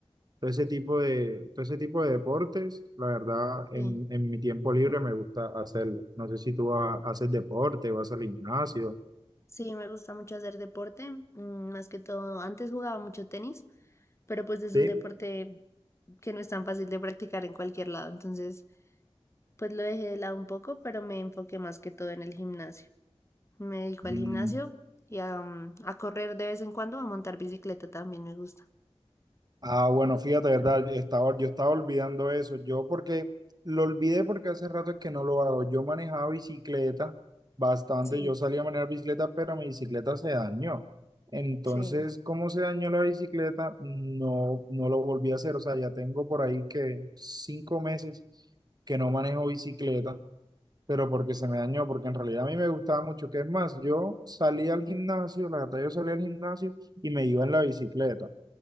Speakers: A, on the right; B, on the left.
A: todo ese tipo de, todo ese tipo de deportes, la verdad, en,
B: sí.
A: en mi tiempo libre me gusta hacerlo. No sé si tú ha- haces deporte, vas al gimnasio.
B: Sí, me gusta mucho hacer deporte, mm, más que todo. Antes jugaba mucho tenis, pero pues es
A: Sí.
B: un deporte que no es tan fácil de practicar en cualquier lado. Entonces, pues lo dejé de lado un poco, pero me enfoqué más que todo en el gimnasio. Me dedico
A: Mm,
B: al gimnasio y a, mm, a correr de vez en cuando, a montar bicicleta también me gusta.
A: Ah, bueno, fíjate, ¿verdad? Estaba, yo estaba olvidando eso. Yo porque lo olvidé porque hace rato es que no lo hago. Yo manejaba bicicleta bastante.
B: Sí,
A: Yo salía a manejar bicicleta, pero mi bicicleta se dañó. Entonces,
B: Sí.
A: ¿cómo se dañó la bicicleta? No, no lo volví a hacer. O sea, ya tengo por ahí que cinco meses que no manejo bicicleta, pero porque se me dañó, porque en realidad a mí me gustaba mucho. Que es más? Yo salía al gimnasio, la verdad, yo salía al gimnasio y me iba en la bicicleta